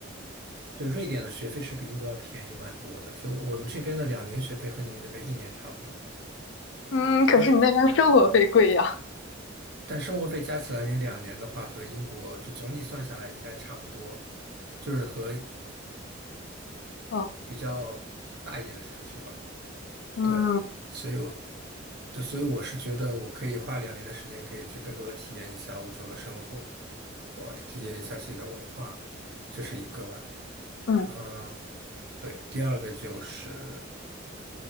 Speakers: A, on the right; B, on the left.
A: 对，瑞典的学费是比英国要便宜蛮多的，就我们这边的两年学费和你们那边一年差不多。
B: 嗯，可是你那边生活费贵呀。
A: 因为。但生活费加起来，你两年的话和英国就总体算下来应该差不多，就是和
B: 哦，
A: 比较大一点的城市吧。
B: 嗯
A: 对，所以我，对，所以我是觉得我可以花两年的时间，可以去更多的体验一下欧洲的生活，我体验一下自己的文化，这是一个吧。
B: 嗯
A: 嗯，对，第二个就是